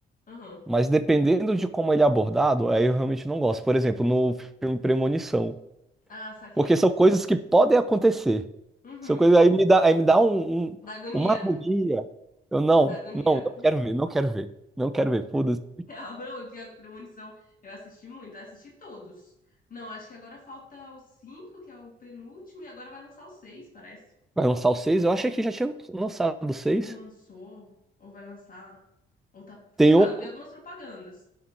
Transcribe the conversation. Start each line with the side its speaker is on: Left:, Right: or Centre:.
Left: aham.
Centre: Mas dependendo de como ele é abordado, aí eu realmente não gosto. Por exemplo, no filme Premonição.
Left: Ah, saquei.
Centre: Porque são coisas que podem acontecer.
Left: Uhum.
Centre: São coisas aí me dá, aí me dá um, um-
Left: Da agonia,
Centre: uma agonia. Eu não,
Left: da agonia.
Centre: não, não quero ver, não quero ver. Não quero ver. Foda-se.
Left: <laughs> Real, não, e pior que Premonição, eu assisti muito, eu assisti todos. Não, acho que agora falta o 5, que é o penúltimo, e agora vai lançar o 6, parece.
Centre: Vai lançar o seis Eu achei que já tinha lançado o seis
Left: Ou lançou, ou vai lançar, ou tá, sei
Centre: Tem
Left: lá,
Centre: um,
Left: eu vi algumas propagandas.